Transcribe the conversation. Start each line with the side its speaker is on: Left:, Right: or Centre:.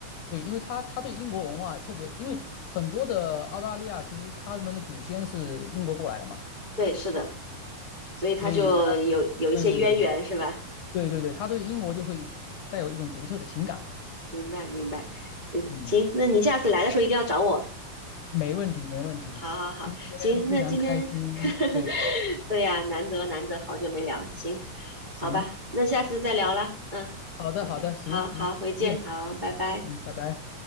Left: 对，因为他他对英国文化特别，因为很多的澳大利亚其实他们的祖先是英国过来的嘛，
Right: 对，是的，所以它就有有一些渊源，
Left: 所以他对对对对
Right: 是吧？
Left: 对对对，他对英国就会带有一种独特的情感嘛，
Right: 明白明白，嗯，
Left: 嗯
Right: 行，那你下次来的时候一定要找我。
Left: 没问题，没问题。
Right: 好好好，
Left: 今天非常开心，
Right: 行，那今天，<laughs>
Left: 对，
Right: 对呀，难得难得，好久没聊，行，
Left: 行，
Right: 好吧，那下次再聊啦，嗯，OK，
Left: 好的，好的，行行，
Right: 好好，回见，
Left: 再见，
Right: 好，拜拜。
Left: 嗯，拜拜。